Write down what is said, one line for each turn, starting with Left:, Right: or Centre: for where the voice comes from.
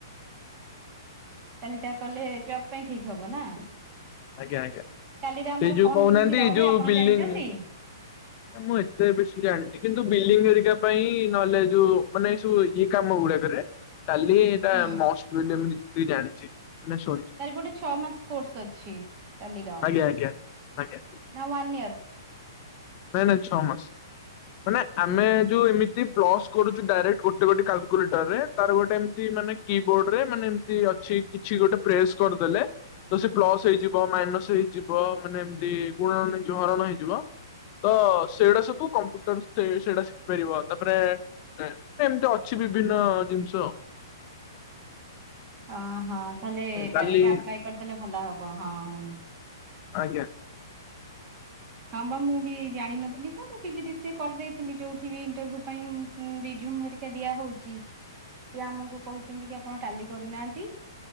Right: ଟାଲି ତା କଲେ ଜବ ପାଇଁ ଠିକ ହବ ନା।
Left: ଆଜ୍ଞା ଆଜ୍ଞା।
Right: ଟାଲିରେ ଆମର
Left: ସେ ଯୋଉ
Right: କଣ
Left: କହୁନାହାନ୍ତି
Right: କେମିତି ରହେ
Left: ଯୋଉ
Right: ଆପଣ
Left: ବିଲଡିଂ
Right: ଜାଣିଛନ୍ତି?
Left: ମୁଁ ଏତେ ବେଶୀ ଜାଣିିନି କିନ୍ତୁ ବିଲଡିଂ ହେରିକା ପାଇଁ ନହେଲେ ଯୋଉ ମାନେ ଏଇ ସବୁ ଏଇ କାମ ଗୁଡାକରେ ଟାଲି ଏଇଟା
Right: ହୁଁ
Left: ମଷ୍ଟିଲୟମ ତୁଇ ଜାଣିଛି। ମାନେ ଶୁଣିଛି
Right: ତାର ଗୋଟେ ଛଅ ମାସ କୋର୍ସ ଅଛି। ଟାଲିର
Left: ଆଜ୍ଞା ଆଜ୍ଞା। ଆଜ୍ଞା।
Right: ନା ୱନ୍ ଇୟର
Left: ନାଇଁ ନାଇଁ ଛଅ ମାସ ମାନେ ଆମେ ଯୋଉ ଏମିତି ପ୍ଲସ୍ କରୁଛୁ ଡାଇରେକ୍ଟ ଗୋଟେ ଗୋଟେ କାଲକୁଲେଟରରେ ତାର ଗୋଟେ ଏମିତି ମାନେ କି ବୋର୍ଡ଼ରେ ମାନେ ଏମିତି ଅଛି କିଛି ଗୋଟେ ପ୍ରେସ୍ କରିଦେଲେ ତ ସେ ପ୍ଲସ୍ ହେଇଯିବ ମାଇନସ୍ ହେଇଯିବ। ମାନେ ଏମତି ଗୁଣ ନେଇଯିବ ହରଣ ହେଇଯିବ। ତ ସେଇଟା ସବୁ କମ୍ ସେଇଟା ଶିଖିପାରିବ ତାପରେ ମ ଏମିତି ଅଛି ବିଭିନ୍ନ ଜିନିଷ। ଆଉ।
Right: ଅ ହଁ ତାହଲେ କାଲିଟା
Left: କାଲି
Right: ଆପ୍ଲାଏ କରିଦେଲେ ଭଲ ହବ ହଉ।
Left: ଆଜ୍ଞା।
Right: ହଁ ବା ମୁଁ ବି ଜାଣିନଥିଲି ତ ମୁଁ ପିଜି ଡି ସିଏ କରିଦେଇଥିଲି ଯୋଉଠି ବି ଇଣ୍ଟରଭ୍ୟୁ ପାଇଁ ରିଜୁମ୍ ହରିକା ଦିଆହଉଛି ସେ ଆମକୁ କହୁଛନ୍ତି ଯେ ଆପଣ ଟାଲି କରିନାହାନ୍ତି